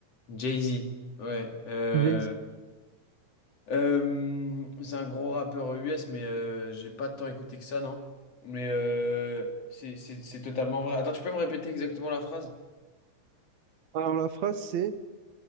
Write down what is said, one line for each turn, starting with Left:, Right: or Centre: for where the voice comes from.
Left: Jay-Z, ouais. euh,
Right: Jay-Z.
Left: euh, c'est un gros rappeur US, mais euh, j'ai pas tant écouté que ça, non? Mais euh, c'est c'est- c'est totalement vrai. Attends, tu peux me répéter exactement la phrase?
Right: Alors, la phrase, c'est